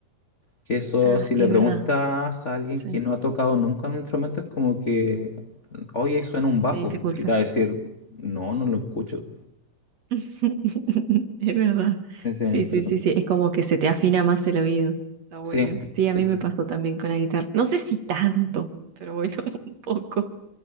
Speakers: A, on the left; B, on the right.
A: Que eso,
B: Ah,
A: si le
B: es
A: preguntas
B: verdad,
A: a alguien
B: sí,
A: que no ha tocado nunca un instrumento, es como que, oye, ahí suena un
B: se
A: bajo.
B: le dificulta.
A: Y te va a decir, no, no lo escucho.
B: <laughs> Es verdad.
A: Sí, sí,
B: Sí,
A: interesante.
B: sí, sí, sí. Es como que se te afina más el oído. Está bueno.
A: Sí,
B: Sí, a
A: sí,
B: mí
A: sí.
B: me
A: sí.
B: pasó también con la guitarra. No sé si tanto, pero bueno, <laughs> un poco.